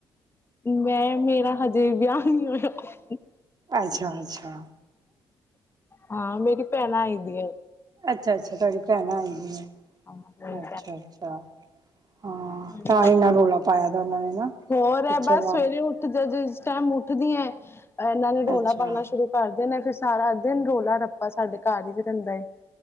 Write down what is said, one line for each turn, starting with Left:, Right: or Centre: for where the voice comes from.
Left: ਮੈਂ ਮੇਰਾ ਹਜੇ ਵਿਆਹ ਨਹੀਂ ਹੋਇਆ।
Right: ਅੱਛਾ ਅੱਛਾ
Left: ਹਾਂ ਮੇਰੀ ਭੈਣ ਆਈ ਦੀਆਂ।
Right: ਅੱਛਾ ਅੱਛਾ ਤੁਹਾਡੀ ਭੈਣ ਆਈ
Left: ਹਾਂ ਮੇਰੀ
Right: ਅੱਛਾ ਅੱਛਾ। ਹਾਂ
Left: ਹਾਂਜੀ
Right: ਤਾਂ ਇਨਾ ਰੌਲਾ ਪਾਇਆ ਦਾ ਉਹਨਾਂ ਨੇ ਨਾ
Left: ਹੋਰ
Right: ਪਿੱਛੇ
Left: ਹੈ ਬਸ
Right: ਵਾਰ
Left: ਸਵੇਰੇ ਉੱਠ ਜਾ ਜੇ। ਟਾਈਮ ਉੱਠਦੀ ਹੈ ਇਹਨਾਂ ਨੇ ਡੋਲਾ
Right: ਅੱਛਾ
Left: ਪਾਉਣਾ ਸ਼ੁਰੂ ਕਰ ਦੇਣਾ। ਫਿਰ ਸਾਰਾ ਦਿਨ ਰੌਲਾ ਰੱਪਾ ਸਾਡੇ ਘਰ ਹੀ ਚ ਰਹਿੰਦਾ ਹੈਏ